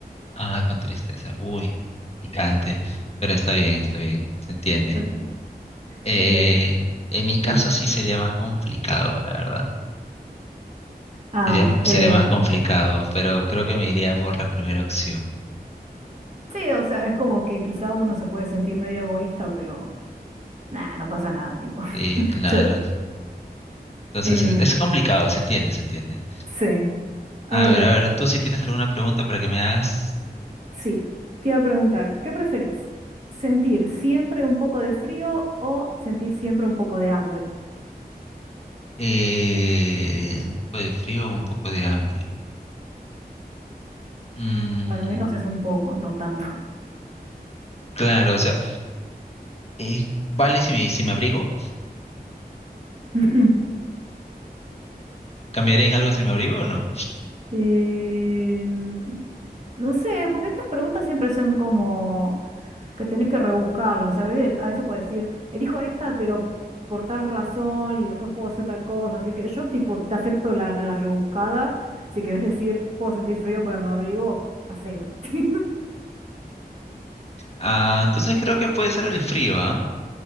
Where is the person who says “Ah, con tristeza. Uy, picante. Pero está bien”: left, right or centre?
Left